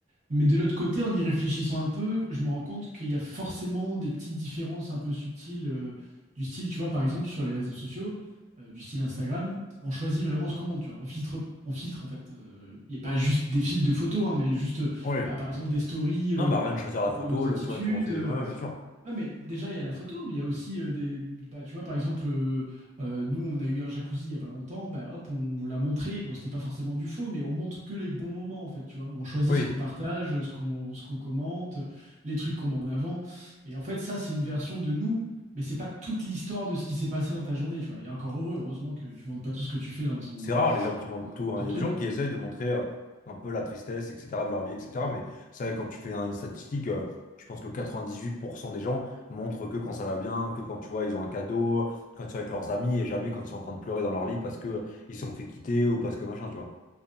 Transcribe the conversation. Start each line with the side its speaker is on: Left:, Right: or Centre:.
Right: Mais de l'autre côté, en y réfléchissant un peu, je me rends compte qu'il y a forcément des petites différences un peu subtiles euh, du style, tu vois, par exemple, sur les réseaux sociaux, euh, du style Instagram, on choisit vraiment ce qu'on monte, tu vois. On filtre, on filtre en fait. Euh, Il n'y a pas juste des filtres de photos, hein, mais juste, euh,
Left: Ouais.
Right: bah, par exemple, des stories euh,
Left: Non, bah rien que choisir la
Right: de
Left: photo,
Right: nos
Left: le-
Right: attitudes,
Left: tu vois, tu refais.
Right: euh,
Left: Ouais, bien sûr.
Right: Ouais, mais déjà, il y a la photo, mais il y a aussi euh, des. Bah, tu vois, par exemple, euh, euh, nous, on a eu un jacuzzi il y a pas longtemps, bah, hop, on l'a montré. Bon, c'était pas forcément du faux, mais on montre que les bons moments, en fait, tu vois. On choisit
Left: Oui.
Right: ce qu'on partage, ce qu'on ce qu'on commente, les trucs qu'on met en avant. Et en fait, ça, c'est une version de nous, mais c'est pas toute l'histoire de ce qui s'est passé dans ta journée, tu vois. Et encore heureux, heureusement que tu montres pas tout ce que tu fais dans ton,
Left: C'est rare les gens qui montrent
Right: dans
Left: tout. hein.
Right: ton
Left: Il y
Right: truc.
Left: a des gens qui essayent de montrer euh, un peu la tristesse, etc., de leur vie, etc. Mais ça, quand tu fais hein, une statistique, euh, je pense que 98% des gens montrent que quand ça va bien, que quand tu vois, ils ont un cadeau, quand ils sont avec leurs amis et jamais quand ils sont en train de pleurer dans leur lit parce que ils se sont fait quitter ou parce que machin, tu vois.